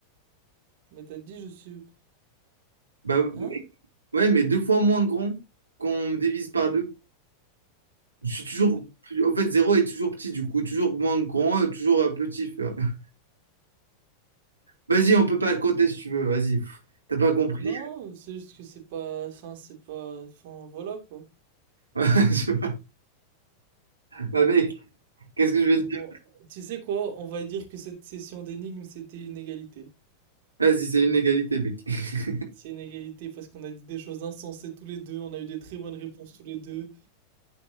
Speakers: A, on the right; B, on the right.
A: Mais t'as dit je suis,
B: Bah,
A: hein?
B: Ouais, mais deux fois moins grand qu'on me divise par deux. Je suis toujours.
A: Mais-
B: plus- En fait, zéro est toujours petit, du coup. Toujours moins grand, euh, toujours euh, petit. frère. <laughs> Vas-y, on peut pas le compter si tu veux. Vas-y. pff, T'as pas compris.
A: Non, c'est juste que c'est pas, enfin c'est pas, enfin voilà quoi.
B: <laughs> Tu vois. Bah, mec, qu'est-ce que je vais te
A: Bon,
B: dire?
A: tu sais quoi? On va dire que cette session d'énigmes c'était une égalité.
B: Vas-y, c'est une égalité, mec. <laughs>
A: C'est une égalité parce qu'on a dit des choses insensées tous les deux, on a eu des très bonnes réponses tous les deux.